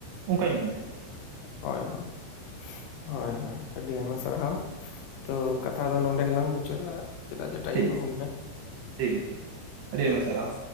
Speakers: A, on the right; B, on the left.
A: ᱚᱱᱠᱟᱧ ᱢᱚᱱᱮᱭᱫᱟ᱾
B: ᱦᱳᱭ ᱦᱳᱭ ᱦᱳᱭ ᱦᱳᱭ ᱟᱹᱰᱤ ᱟᱭᱢᱟ ᱥᱟᱨᱦᱟᱣ᱾ ᱛᱚ ᱠᱟᱛᱷᱟ ᱫᱚ ᱱᱚᱰᱮ ᱜᱮᱞᱟᱝ ᱢᱩᱪᱟᱹᱫᱟ ᱪᱮᱫᱟᱜ ᱡᱮ ᱴᱟᱭᱤᱢ
A: ᱴᱷᱤᱠ
B: ᱦᱚᱸ ᱦᱩᱭᱱᱟ᱾
A: ᱴᱷᱤᱠ ᱜᱮᱭᱟ ᱴᱷᱤᱠ ᱜᱮᱭᱟ ᱟᱹᱰᱤ ᱟᱣᱢᱟ ᱥᱟᱨᱦᱟᱣ᱾